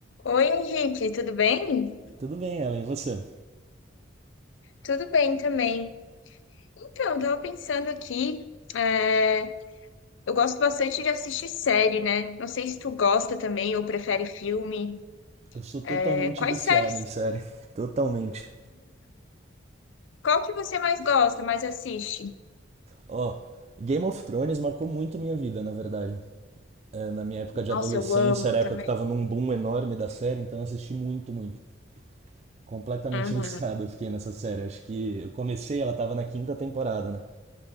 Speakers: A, on the left; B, on the right.
A: Oi, Henrique, tudo bem?
B: Tudo bem, Ellen, e você?
A: Tudo bem também. Então, eu tava pensando aqui, é, eu gosto bastante de assistir série, né? Não sei se tu gosta também ou prefere filme.
B: Eu sou totalmente
A: É, quais
B: viciado
A: séries?
B: em série. <laughs> Totalmente.
A: Qual que você mais gosta, mais assiste?
B: Ó, Game of Thrones marcou muito minha vida, na verdade. É, na minha época de
A: Nossa,
B: adolescência,
A: eu amo
B: era
A: também.
B: a época que tava num boom enorme da série, então eu assisti muito, muito. Completamente
A: Uhum.
B: <laughs> viciado eu fiquei nessa série. Acho que eu comecei, ela tava na quinta temporada, né?